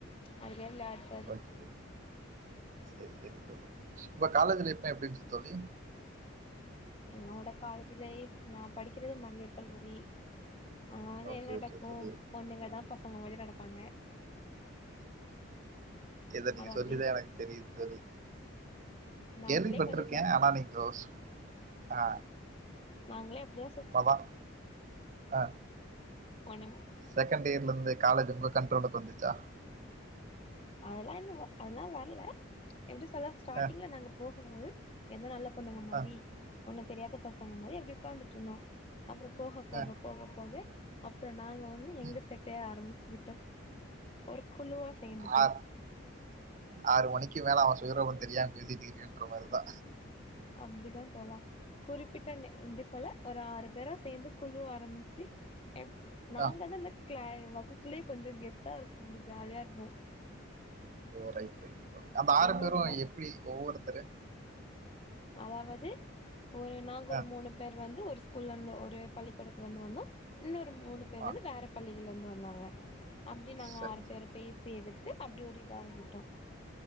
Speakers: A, on the left; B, on the right.
A: அதுலே விளாட்
B: ஓகே ஓக் சரி சரி தோழி இப்ப காலேஜுல எப்பே எப்டின்ச்சு தோழி
A: என்னோட காலேஜ் லைஃப் நா படிக்கிறது மகளிர் கல்லூரி அங்க வந்து
B: ஓகே
A: என் நடக்கும்
B: ஓகே தோழி
A: பொண்ணுங்கதா பசங்க மாதிரி நடப்பாங்க
B: இத நீங்க
A: அது அப்டியே
B: சொல்லிதா எனக் தெரித் தோழி
A: நாங்களே
B: கேள்வி பட்டுருக்கே
A: கொஞ்சோ ஜா
B: ஆனா நீக்கோஸ் ஆ
A: நாங்ளே அப்புதாஸ்
B: வவா ஆ
A: ஒனெம்
B: செகண்ட் இயர்லுந்து காலேஜு உங்க கண்ட்ரோல தந்துச்சா
A: அதெல்லா இன்னு வ அதெல்லா வர்ல எப்டி சொல்ல ஸ்டாடிங்ல
B: அஹ்,
A: நாங்க போகும்போது எந்த நல்ல பொண்ணுங்க மாதி
B: அஹ்,
A: ஒண்ணு தெரியாத பசங்க மாரி அப்டி உக்காந்துட்ருந்தோ அப்றோ போஹ போக
B: அஹ்,
A: போக போகே அப்றோ நாங்க வந்து எங்க
B: ம்.
A: செட்டே ஆரம்பிச்சு விட்டோ ஒரு குழுவா சேந்துட்டோ
B: ஆறு ஆறு மணிக்கி மேல அவ சுயரூபோ தெரியாங்கிதிரீரியுன்ற மாரு தா
A: அப்டிதா தோலா குறிப்பிட்ட நே இப்டி சொல்ல ஒர் ஆறு பேரா சேந்து குழு ஆரம்ச்சி எப் நாங்க
B: ஆ.
A: தந்நக் க்ளய் வகுப்புலே கொஞ்சு கெத்தா இருக்கும்டி ஜாலியா இருக்கு
B: ஓ ரைட் ரைட் தோழி அந்த ஆறு
A: என்னோட
B: பேரு
A: வ
B: எப்டி ஒவ்வொருத்தரு
A: அதாவது ஒரு நாங் ஒரு
B: ஆ,
A: மூணுப் தர் வந்து ஒரு ஸ்கூல்லந்து ஒரு பள்ளிக்கூடத்து வந்து வந்நோ இன்னொரு மூணு பேர்
B: ஆ.
A: வந்து வேறப் கள்ளிகலுந்து வந்தாங்க அப்டி நாங்க
B: சரிங்க,
A: ஆறு பேர
B: சரிங்க.
A: பேசி எடுத்து அப்டி ஒரு இதாகிட்டோ